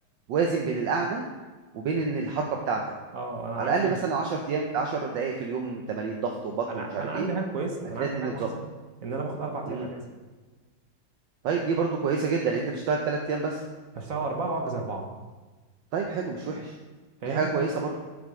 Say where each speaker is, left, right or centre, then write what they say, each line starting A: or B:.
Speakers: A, on the right (about 70°); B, on the right (about 45°).
A: هتوازن بين القعده وبين ان الحركه بتاعتك
B: اه انا
A: على
B: عندي
A: الاقل مثلا 10 ايام 10 دقائق في اليوم تمارين ضغط وبطن
B: انا
A: ومش عارف
B: انا عندي
A: ايه
B: حاجه كويسه
A: هتلاقي
B: انا عندي
A: الدنيا
B: حاجه
A: اتظبطت
B: كويسه ان انا باخد اربع
A: امم
B: ايام اجازه
A: طيب دي برضو كويسه جدا يعني انت بتشتغل 3 ايام بس
B: بشتغل اربعه واجز اربعه
A: طيب حلو مش وحش
B: فاهم
A: دي حاجه كويسه برضو